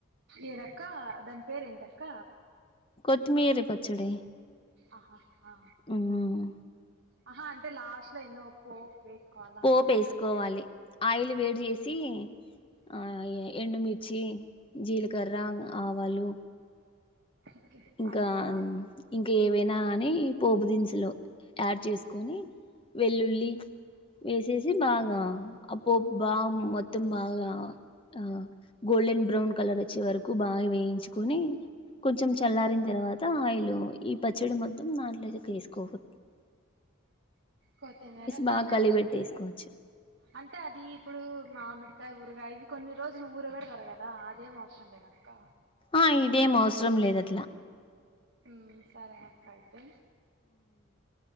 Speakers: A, on the right (about 55°); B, on the left (about 25°).
A: ఏదక్క దాన్ పేరేంటక్క?
B: కొత్తిమీరీ పచ్చడి
A: అహ ఆ
B: మ్మ్
A: అహా అంటే లాస్ట్లో ఎన్నో పో వేస్కోవాలా
B: పోపేసుకోవాలి
A: అని అన్నావ్ కదా
B: ఆయిల్ వేడ్ జేసీ ఆ ఎండుమిర్చి, జీల్కర్ర, ఆవాలు
A: ఓకే
B: ఇంకాన్
A: అట్లా
B: ఇంకేవైనా అని పోప్ దిన్సులో యాడ్ చేస్కొని వెల్లుల్లి వేసేసి బాగా అప్పోప్ బా మొత్తం బాగా ఆ గోల్డెన్ బ్రౌన్ కలర్ అచ్చే వరకు బాగా వేయించుకొని కొంచం చల్లారిన తర్వాత ఆయిలు ఈ పచ్చడి మొత్తం నాట్లోతే వేసుకోవో
A: కొతిమీరా
B: బాగా
A: దాన్ని
B: కలిపెట్టేసుకోవచ్చు
A: అ అంటే అది ఇప్పుడు మామిడి కాయ్ ఊర్గా ఇవి కొన్ని రోజులు ఊర పెడతారు కదా అదేం అవసరం లేదక్క
B: ఆ ఇదేం అవసరం లేదట్లా
A: మ్ సరే అక్క అయితే